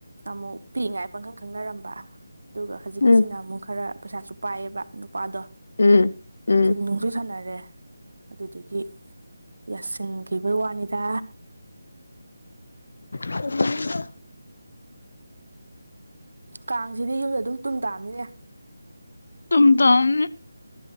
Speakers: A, on the right; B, on the left.
A: ꯑꯃꯨꯛ ꯄꯤꯛꯏꯉꯥꯏ ꯄꯥꯡꯈꯪ ꯈꯪꯅꯔꯝꯕ ꯑꯗꯨꯒ ꯍꯧꯖꯤꯛꯀꯤꯁꯤꯅ
B: ꯎꯝ
A: ꯑꯃꯨꯛ ꯈꯔ ꯄꯩꯁꯥꯁꯨ ꯄꯥꯏꯌꯦꯕ ꯅꯨꯄꯥꯗꯣ
B: ꯎꯝ ꯎꯝ
A: ꯖꯤꯝꯅꯨꯡꯁꯨ ꯁꯥꯟꯅꯔꯦ ꯑꯗꯨꯗꯨꯒꯤ ꯌꯥꯁꯤꯟꯒꯤꯕꯩ ꯋꯥꯅꯤꯗ
B: <unintelligible>
A: ꯀꯥꯡꯖꯤꯗꯤ ꯌꯨꯝꯗ ꯑꯗꯨꯝ ꯇꯨꯝ ꯇꯥꯕꯅꯤꯅꯦ
B: ꯇꯨꯝꯇꯥꯝꯅꯤ